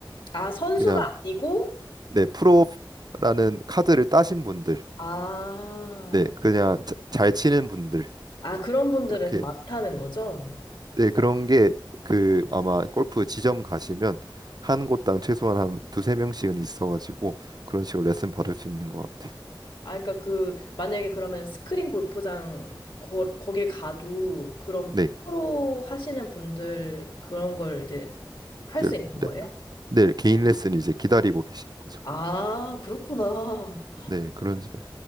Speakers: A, on the left; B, on the right.
A: 아, 선수가
B: 그냥
A: 아니고?
B: 네, 프로라는 카드를 따신 분들,
A: 아.
B: 네, 그냥 자- 잘 치는 분들
A: 아, 그런 분들은
B: 이렇게
A: 많다는 거죠?
B: 네, 그런 게 그 아마 골프 지점 가시면 한 곳당 최소한 한 두세 명씩은 있어가지고 그런 식으로 레슨 받을 수 있는 것 같아요.
A: 아, 그러니까 그, 만약에 그러면 스크린 골프장 거, 거길 가도 그런
B: 네,
A: 프로 하시는 분들 그런 걸 이제 할
B: 이제
A: 수 있는 거예요?
B: 레- 네, 개인 레슨이 이제 기다리고 계시는 거죠.
A: 아, 그렇구나.
B: 네, 그런 식으로.